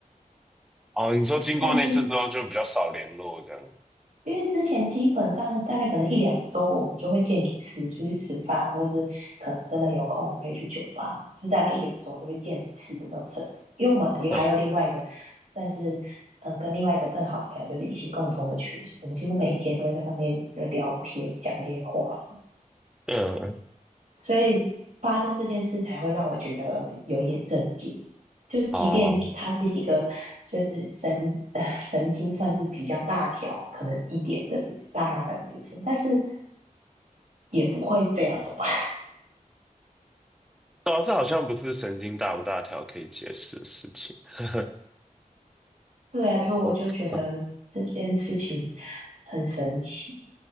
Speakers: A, in the centre; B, on the right (about 60°).
A: 哦，你说经过那次之后就比较少联络这样。
B: <laughs> 但是因为之前基本上大概可能一两周，我们就会见一次，出去吃饭，或是可能真的有空，我们可以去酒吧，就是大概一两周就会见一次的那种程度。因为我们也还有另外一个算是
A: 嗯
B: 嗯、呃跟另外一个更好的朋友，就是一起共同的群组我们几乎每天都会在上面聊天，讲一些话。
A: 嗯，嗯
B: 所以发生这件事才会让我觉得有一点震惊。就即便她是一个就是神
A: 哦，
B: <sighs> 神经算是比较大条，可能一点的女生，大妈的女生，但是也不会这样吧？
A: 对啊这好像不是神经大不大条可以解释的事情。<laughs>
B: <laughs> 对啊，就我就觉得这件事情很神奇。
A: 我不知道，